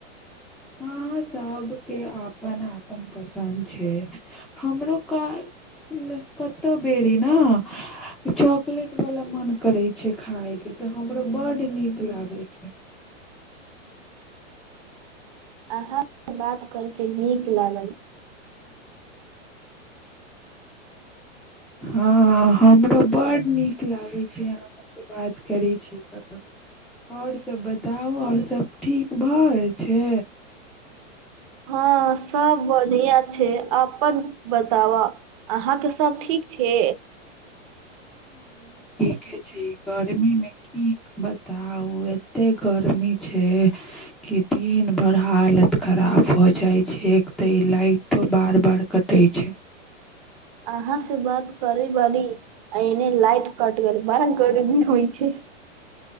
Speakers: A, in the centre; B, on the right.
A: ह सबके अपन अपन अपन पसन्द छै हमरो का न <unintelligible> कतौ बेरी ने चॉकलेट वाला मन करे छै खाय के तऽ हमरो बड नीक लागे छै
B: अहाँ सँ बात करके नीक लागल
A: हँ हमरो बड नीक लागै छै आहाँ आहाँ‌‌ सँ बात करै छी तऽ आओर सभ बताउ आओर सभ ठीक भऽ रहल छै
B: हँ सब बढ़िआँ छै अपन बताबऽ अहाँके सब ठीक छै
A: के छी गर्मीमे की बताउ एते गर्मी छै कि दिन भर हालत खराब भऽ जाइ छै एक तऽ ई लाइटो बार बार कटै छै
B: अहाँ से बात करै बारी आ एने लाइट कट गेल बड़ा गर्मी होइ छै